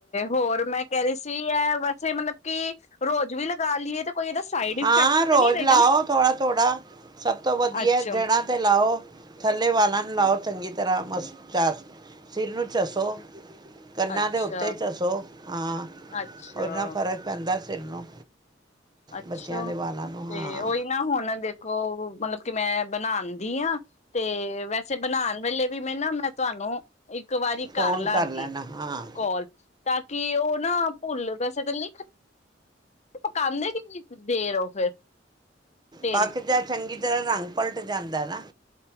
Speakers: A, on the left; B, on the right.
A: ਹੋਰ ਮੈਂ ਕਹਿ ਰਹੀ ਸੀ ਵੈਸੇ ਮਤਲਬ ਕਿ ਰੋਜ਼ ਵੀ ਲਗਾ ਲਈਏ ਤੇ ਕੋਈ ਇਹਦਾ ਸਾਈਡ ਇਫੈਕਟ
B: ਹਾਂ ਰੋਜ਼
A: ਤੇ ਨਹੀਂ ਰਹੇਗਾ
B: ਲਾਓ
A: ਨਾ
B: ਥੋੜਾ ਥੋੜਾ ਸਭ ਤੋਂ ਵਧੀਆ
A: ਅੱਛਾ।
B: ਜੜ੍ਹਾਂ ਤੇ ਲਾਓ ਥੱਲੇ ਵਾਲਾਂ ਲਾਓ ਚੰਗੀ ਤਰ੍ਹਾਂ ਮਸ ਚਸ ਸਿਰ ਨੂੰ ਚੱਸੋ ਕੰਨਾਂ
A: ਅੱਛਾ,
B: ਦੇ ਉੱਤੇ ਚੱਸੋ ਹਾਂ
A: ਅੱਛਾ,
B: ਓਨਾ ਫ਼ਰਕ ਪੈਂਦਾ <unintelligible>
A: ਅੱਛਾ
B: ਬੱਚਿਆਂ ਦੇ ਵਾਲਾਂ ਨੂੰ
A: ਤੇ
B: ਹਾਂ
A: ਉਹੀ ਨਾ ਹੁਣ ਦੇ ਮਤਲਬ ਕਿ ਮੈਂ ਬਣਾਉਦੀ ਹਾਂ ਤੇ ਵੈਸੇ ਬਣਾਉਣ ਵੇਲੇ ਵੀ ਮੈਂ ਨਾ ਮੈਂ ਤੁਹਾਨੂੰ ਇੱਕ ਵਾਰੀ
B: ਫੋਨ
A: ਕਰ ਲਾਗੀ
B: ਲੈਣਾ ਹਾਂ
A: ਕੋਲ ਤਾਂ ਕਿ ਉਹ ਨਾ ਭੁੱਲ ਵੈਸੇ ਤਾਂ ਨਹੀਂ ਪਕਾਉਂਦੇ <unintelligible> ਤੇਲ
B: ਪੱਖ ਜਾ ਚੰਗੀ ਜੜਾ ਰੰਗ ਪਲਟ ਜਾਂਦਾ ਨਾ